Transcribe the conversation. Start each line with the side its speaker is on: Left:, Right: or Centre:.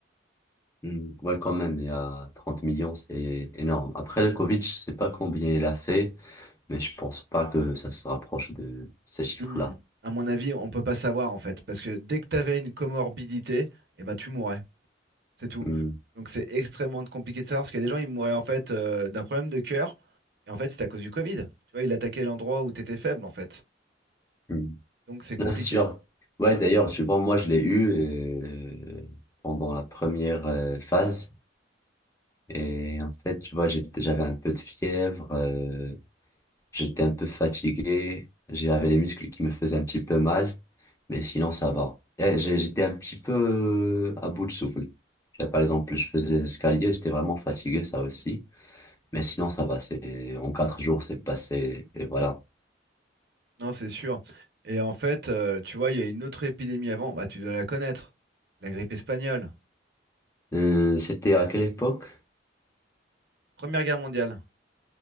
Left: Hmm, Ouais, quand
Right: Tro-
Left: même, il y a 30 millions, c'est énorme. Après, le Covid, je sais pas combien il a fait, mais je pense pas que ça se rapproche de ces chiffres-là.
Right: Hmm. À mon avis, on peut pas savoir en fait, parce que dès que tu avais une comorbidité, eh ben, tu mourais, c'est tout.
Left: Hmm,
Right: Donc c'est extrêmement compliqué de savoir, parce qu'il y a des gens, ils mouraient en fait euh, d'un problème de cœur, et en fait c'était à cause du Covid. Tu vois, il attaquait l'endroit où tu étais faible en fait.
Left: hmm.
Right: Donc c'est compliqué.
Left: Non, c'est sûr. Ouais, d'ailleurs, tu vois, moi, je l'ai eu euh, pendant la première euh, phase. Et en fait, tu vois, j'étais- j'avais un peu de fièvre. euh, J'étais un peu fatigué, j'avais les muscles qui me faisaient un petit peu mal, mais sinon ça va. Et j'ai- J'étais un petit peu euh, à bout de souffle. Là, Par exemple, je faisais les escaliers, j'étais vraiment fatigué, ça aussi. Mais sinon ça va, c'est en quatre jours c'est passé et voilà.
Right: Non, c'est sûr. Et en fait, euh, tu vois, il y a une autre épidémie avant, bah tu dois la connaître, la grippe espagnole.
Left: Euh, c'était à quelle époque?
Right: Première guerre mondiale.